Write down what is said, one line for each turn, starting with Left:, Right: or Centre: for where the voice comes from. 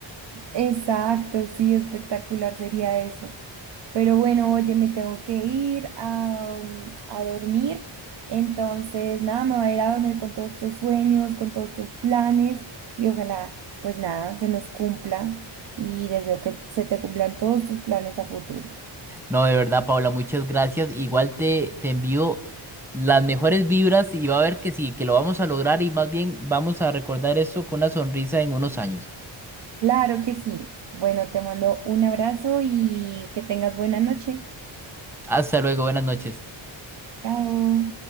Right: exacto, sí, espectacular sería eso. Pero bueno, oye, me tengo que ir a, mm, a dormir. Entonces, nada, me voy a ir a dormir con todos estos sueños, con todos estos planes y ojalá, pues nada, se nos cumpla y deseo que se te cumplan todos tus planes a futuro.
Centre: No, de verdad, Paula, muchas gracias. Igual te, te envío las mejores vibras y va a ver que sí, que lo vamos a lograr y más bien vamos a recordar esto con una sonrisa en unos años.
Right: Claro que sí. Bueno, te mando un abrazo y que tengas buena noche.
Centre: Hasta luego, buenas noches.
Right: Chao.